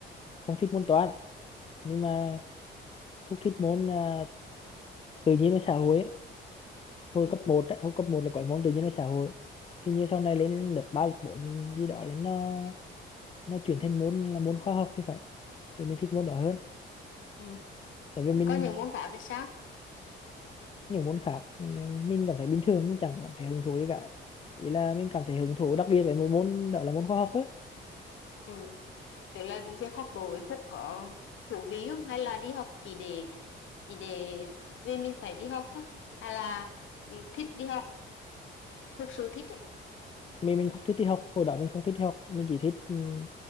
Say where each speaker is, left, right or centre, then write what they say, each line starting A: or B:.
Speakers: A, on the left (about 30°); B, on the left (about 75°).
A: không thích môn toán nhưng mà Phúc thích môn à, tự nhiên và xã hội ấy. hồi
B: Ừ.
A: cấp một ấy, hồi cấp một là có cái môn tự nhiên và xã hội hình như sau này lên lớp 3 lớp 4 gì đó là nó nó chuyển thành môn là môn khoa học thì phải thì mình thích môn đó hơn
B: Ừ.
A: tại vì mình
B: Còn những môn khác thì sao?
A: những môn khác ừm, mình cảm thấy bình thường mình chẳng cảm thấy hứng thú gì cả ý là mình cảm thấy hứng thú đặc biệt với một môn đó là môn khoa học ấy
B: Ừ. Đấy là việc học đối với Phúc có thú vị không? Hay là đi học chỉ để chỉ để vì mình phải đi học thôi hay là ừ, thích đi học thực sự thích ấy.
A: mình mình không thích đi học hồi đó mình không thích đi học mình chỉ thích ừm,